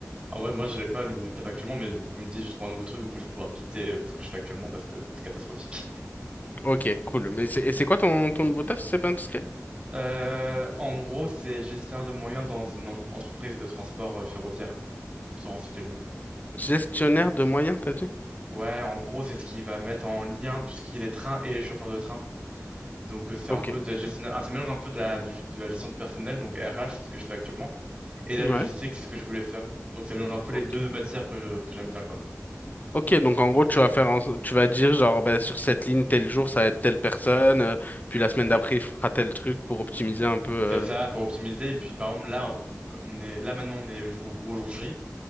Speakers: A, on the right; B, on the left.
A: Ah, ouais, moi, je l'ai pas au niveau du taf actuellement, mais je- comme dit, je trouve un nouveau truc, du coup, je vais pouvoir quitter euh, ce que je fais actuellement parce que c'est catastrophique. <laughs>
B: Ok, cool. Mais c'est, et c'est quoi ton, ton nouveau taf, si c'est pas indiscret?
A: Euh, en gros, c'est gestionnaire de moyens dans une en- entreprise de transport euh, ferroviaire. Sans en citer le nom.
B: Gestionnaire de moyens, t'as dit?
A: Ouais, en gros, c'est ce qui va mettre en lien tout ce qui est les trains et les chauffeurs de train. Donc, euh, c'est
B: Ok.
A: un peu de la gestion, ah, ça mélange un peu de la, du- de la gestion de personnel, donc RH, c'est ce que je fais actuellement, et la
B: Ouais.
A: logistique, c'est ce que je voulais faire. Donc, ça mélange un peu
B: Ok.
A: les deux matières que, que j'aime bien, quoi.
B: Ok, donc en gros, tu vas faire en so- tu vas dire genre bah, sur cette ligne, tel jour, ça va être telle personne, euh, puis la semaine d'après, il fera tel truc pour optimiser un peu. euh.
A: C'est ça, pour optimiser. Et puis, par exemple, là, on on est, là, maintenant, on est jour- au jour J.